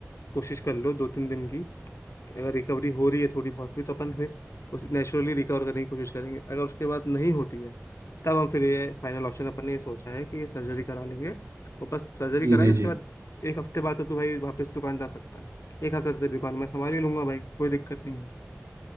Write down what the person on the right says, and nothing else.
जी
जी
जी